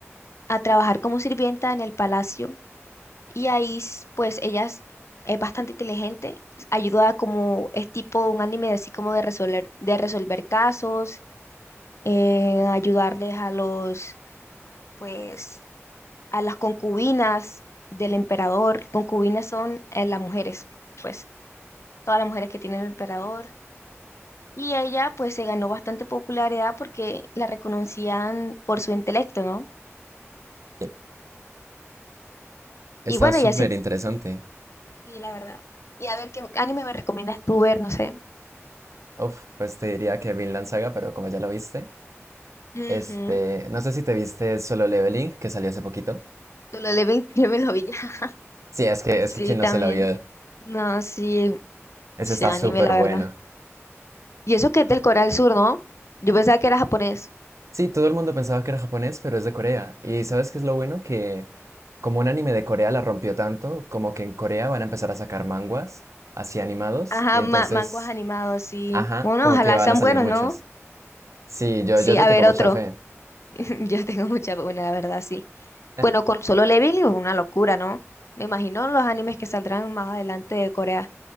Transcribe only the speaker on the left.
a trabajar como sirvienta en el palacio y ahí s- pues ella es, es bastante inteligente, ayuda a como es tipo un anime así como de resolver, de resolver casos, eh, ayudarles a los pues a las concubinas del emperador. Concubinas son eh, las mujeres, pues todas las mujeres que tiene el emperador. Y ella pues se ganó bastante popularidad porque la reconocían por su intelecto, ¿no?
Y bueno,
ella se
Sí, la verdad. Y a ver, ¿qué anime me recomiendas tú ver? No sé.
Ujú.
Tú lo lees, <laughs> yo me lo vi ya.
Sí,
también.
No, sí,
sí,
anime,
la
verdad. Y eso que es del Corea del Sur, ¿no? Yo pensaba que era japonés.
Ajá,
ma- mangos animados, sí.
Bueno,
ojalá
sean
buenos,
¿no?
Sí,
a
ver,
otro.
<laughs> Yo tengo mucha, buena, la verdad, sí.
Bueno, con Solo Leveling es una locura, ¿no? Me imagino los animes que saldrán más adelante de Corea.